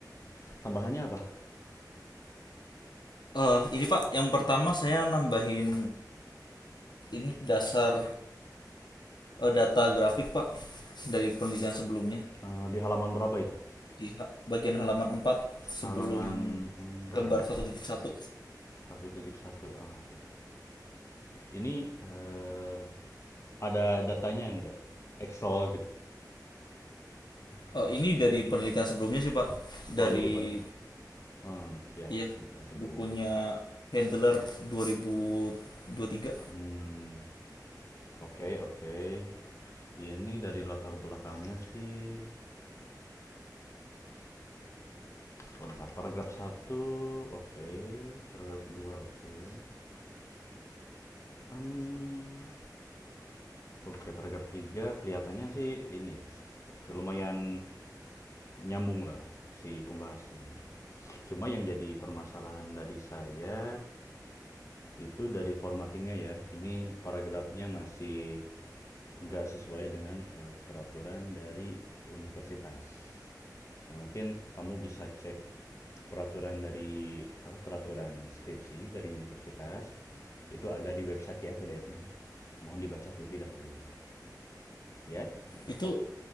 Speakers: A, on the left; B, on the left.
A: Tambahannya apa?
B: Eh ini Pak, yang pertama saya nambahin ini dasar eh, data grafik Pak dari penelitian sebelumnya.
A: Eh, di halaman berapa itu?
B: di bagian halaman empat sebelum
A: Halaman empat
B: gambar satu titik satu
A: satu titik satu Ah, iya. Ini eh, ada datanya enggak? Excel gitu.
B: Eh, ini dari penelitian sebelumnya sih, Pak. Dari
A: Oh, dari pen em, ya,
B: ya
A: penelitian sebelumnya.
B: bukunya Handler dua ribu dua ribu tiga
A: Hmm, oke, okay, oke. Okay. Ini dari latar belakangnya sih Bentar, paragraf satu oke, Okay. paragraf 2 oke. Okay. Mmm, oke paragraf 3 kelihatannya sih ini ya, oke lumayan nyambung lah si pembahasannya. Cuma yang jadi permasalahan dari saya itu dari formattingnya ya. Ini paragrafnya masih nggak sesuai dengan eh, peraturan dari universitas. Nah, mungkin kamu bisa cek peraturan dari apa peraturan skripsi dari universitas itu ada di website ya PDF-nya. Mohon dibaca terlebih dahulu ya.
B: Itu